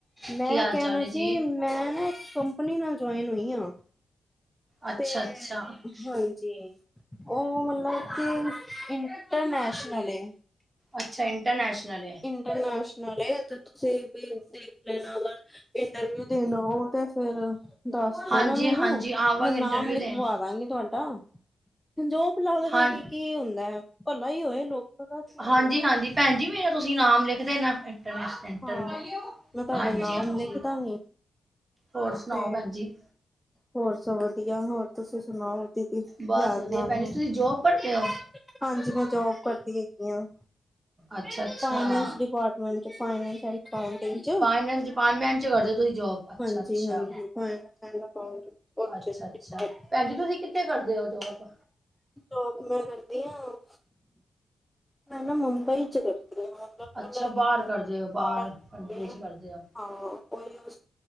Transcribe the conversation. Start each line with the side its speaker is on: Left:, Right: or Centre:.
Centre: ਮੈਂ
Right: ਕੀ ਹਾਲ
Centre: ਕਹਿਣਾ
Right: ਚਾਲ ਹੈ
Centre: ਸ
Right: ਜੀ?
Centre: ਦੀ ਮੈਂ ਨਾ ਇੱਕ ਕੰਪਨੀ ਨਾਲ ਜੁਆਇਨ ਹੋਈ ਆਂ।
Right: ਅੱਛਾ-ਅੱਛਾ,
Centre: ਤੇ
Right: ਅੱਛਾ
Centre: ਹਾਂਜੀ ਉਹ ਮਲਵ ਕੀ ਇੰਟਰਨੈਸ਼ਨਲ ਏ
Right: ਅੱਛਾ ਇੰਟਰਨੈਸ਼ਨਲ ਏ
Centre: ਇੰਟਰਨੈਸ਼ਨਲ ਤੇ ਤੁਸੀਂ ਵੀ ਦੇਖ ਲੈਣਾ ਅਗਰ ਇੰਟਰਵਿਊ ਦੇਣਾ ਉਹ ਤੇ ਫੇਰ ਦੱਸ
Right: ਹਾਂਜੀ-ਹਾਂਜੀ,
Centre: ਦੇ ਨਾ ਮੈਨੂੰ
Right: ਆਵਾਂਗੇ
Centre: ਮੈਂ ਨਾਮ
Right: ਇੰਟਰਵਿਊ
Centre: ਲਿਖਵਾ
Right: ਦੇਣ
Centre: ਦਾਂਗੀ ਤੁਹਾ ਜੋਬ ਲੱਗ ਜਾ
Right: ਹਾਂ
Centre: ਕਿ ਕੀ ਹੁੰਦਾ ਹੈ ਭਲਾ ਹੀ ਹੋਏ ਲੋਕ ਦਾ ਕੀ ਹੋਏ
Right: ਹਾਂਜੀ-ਹਾਂਜੀ, ਭੈਣ ਜੀ ਮੇਰਾ ਤੁਸੀਂ ਨਾਮ ਲਿਖ ਦੇਨਾ ਇੰਟਰਨੈਸ਼ ਇੰਟਰ
Centre: ਹਾਂ ਮੈਂ ਤੁਹਾਡਾ
Right: ਹਾਂਜੀ
Centre: ਨਾਮ
Right: ਹਾਂਜੀ।
Centre: ਲਿਖ ਦਾਂਗੀ
Right: ਹੋਰ ਸੁਣਾਓ
Centre: ਤੇ
Right: ਭੈਣ ਜੀ
Centre: ਹੋਰ ਸਭ ਵਧੀਆ ਹੋਰ ਤੁਸੀਂ ਸੁਣਾਓ ਦੀ ਕੀ
Right: ਬਸ
Centre: ਹਾਲ
Right: ਵਧੀਆ
Centre: ਚਾਲ
Right: ਭੈਣ
Centre: ਹੈ
Right: ਜੀ, ਤੁਸੀਂ ਜੋਬ ਕਰਦੇ ਹੋ?
Centre: ਹਾਂਜੀ ਮੈਂ ਜੋਬ ਕਰਦੀ ਹੈਗੀ ਹਾਂ
Right: ਅੱਛਾ ਅੱਛਾ
Centre: ਫਾਈਨੈਂਸ ਡਿਪਾਰਟ ਫਾਈ ਅਕਾਂਟਗ
Right: <unintelligible> ਡਿਾਰਟਮੈਂਟ ਚ ਕਰਦੇ ਤੁਸੀਂ ਜੋਬ ਅੱਛਾ
Centre: ਹਾਂਜੀ
Right: ਅੱਛਾ
Centre: ਹਾਂਜੀ ਫਾਈਨੈਂਸ ਐਂਡ ਅਕਾਊਂਟਿੰਗ
Right: ਅੱਛਾ ਅੱਛਾ
Centre: ਡਿਪਾਰਟਮੈਂਟ
Right: ਭੈਣ ਜੀ ਤੁਸੀਂ ਕਿ ਕਿੱਥੇ ਕਰਦੇ ਹੋ ਜੋਬ
Centre: ਜੌਬ ਮੈਂ ਕਰਦੀ ਹਾਂ ਮੈਂ ਨਾ ਮੁੰਬਈ ਚ ਕਰਦੀ ਹ <unintelligible>
Right: ਅੱਛਾ ਬਾਹਰ ਕਰਦੇ ਹੋ ਬਾਹਰ ਕੰਟਰੀ ਚ ਕਰਦੇ ਹੋ
Centre: ਹਾਂ ਉਹੀਓ